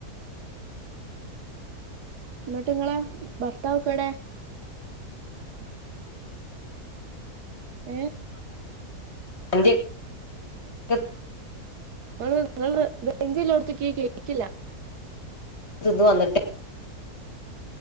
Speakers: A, on the right; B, on the left.
A: ന്നട്ട് ങ്ങളെ ഭർത്താവിപ്പെടെ എഹ്
B: <unintelligible>
A: ങ്ങള് ങ്ങള് ഗഞ്ച്ല്ലോട്ത്തിക്കി കേക്കില്ല
B: തിന്ന് വന്നിട്ട്